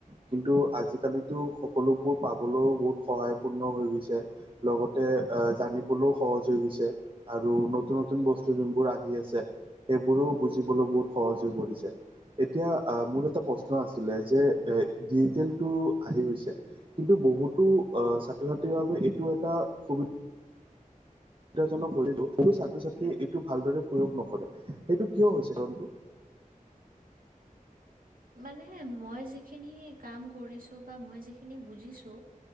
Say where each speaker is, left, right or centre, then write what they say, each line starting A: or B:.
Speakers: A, on the right; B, on the right.
A: কিন্তু আজিকালিতো সকলোবোৰ। পাবলৈও বহুত সহায় পূৰ্ণ হৈ গৈছে লগতে জানিবলৈও সহজ হৈ গৈছে আৰু নতুন নতুন বস্তু যোনবোৰ আহি আছে সেইবোৰো বুজিবলৈ বহুত সহজ হৈ পৰিছে এতিয়া আহে মোৰ এটা প্ৰশ্ন আছিলে যে এ ডিজিটেলটো আহি গৈছে? কিন্তু বহুতো আহ ছাত্ৰ ছাত্ৰীৰ বাবে এইটো এটা সুবিধা। সুবিধাজনক হৈ কোনো ছাত্ৰ ছাত্ৰীয়ে এইটো ভালদৰে প্ৰয়োগ নকৰে সেইটো কিয় হৈছে ৰনটো।
B: মানে মই যিখিনি কাম কৰিছো বা মই যিখিনি বুজিছো,